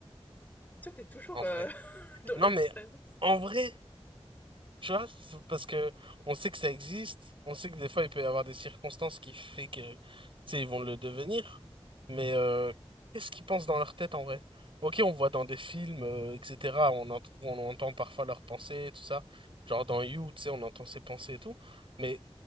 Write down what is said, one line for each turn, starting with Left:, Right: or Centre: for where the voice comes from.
Left: toi, t'es toujours
Right: en vrai.
Left: euh, <laughs> dans
Right: Non,
Left: l'extrême.
Right: mais en vrai. Tu vois, c'est parce que on sait que ça existe, on sait que des fois il peut y avoir des circonstances qui fait que, tu sais, ils vont le devenir, mais euh, qu'est-ce qu'ils pensent dans leur tête en vrai? Ok, on voit dans des films, euh, etc., on, ent- on entend parfois leurs pensées, et tout ça, genre dans You, tu sais, on entend ses pensées et tout, mais